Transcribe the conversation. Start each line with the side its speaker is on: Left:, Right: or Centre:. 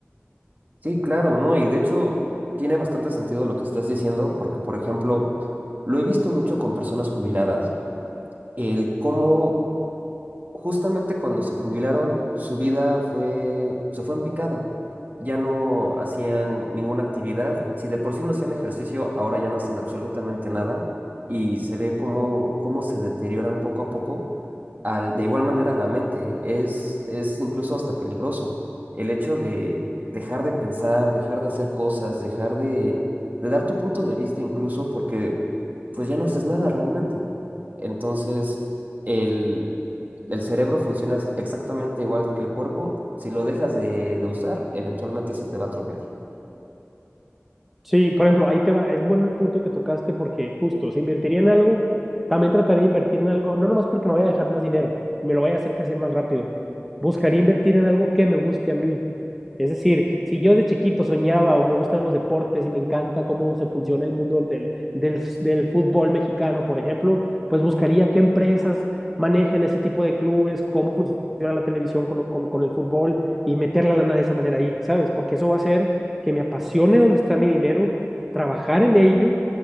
Right: Sí, claro, ¿no? Y de hecho tiene bastante sentido lo que estás diciendo, porque, por ejemplo, lo he visto mucho con personas jubiladas, el cómo justamente cuando se jubilaron, su vida fue, se fue en picada. Ya no hacían ninguna actividad. Si de por sí no hacían ejercicio, ahora ya no hacen absolutamente nada. Y se ve cómo, cómo se deterioran poco a poco. al- de igual manera, la mente es, es incluso hasta peligroso. El hecho de dejar de pensar, dejar de hacer cosas, dejar de, de dar tu punto de vista incluso porque pues ya no haces nada realmente. Entonces, el el cerebro funciona ex- exactamente igual que el cuerpo. Si lo dejas de, de usar, eventualmente se te va a atrofiar.
Centre: Sí, por ejemplo, ahí te va, es bueno el punto que tocaste porque justo, si invertiría en algo, también trataría de invertir en algo, no nomás porque me vaya a dejar más dinero, me lo vaya a hacer crecer más rápido. Buscaría invertir en algo que me guste a mí. Es decir, si yo de chiquito soñaba o me gustan los deportes y me encanta cómo se funciona el mundo del, del, del fútbol mexicano, por ejemplo, pues buscaría qué empresas manejan ese tipo de clubes, cómo funciona la televisión con, con con el fútbol y meter la lana de esa manera ahí, ¿sabes? Porque eso va a ser que me apasione donde está mi dinero, trabajar en ello